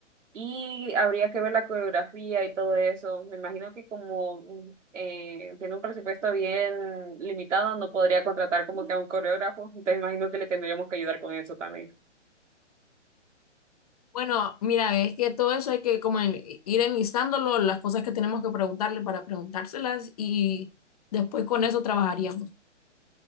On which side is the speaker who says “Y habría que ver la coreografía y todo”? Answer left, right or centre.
Right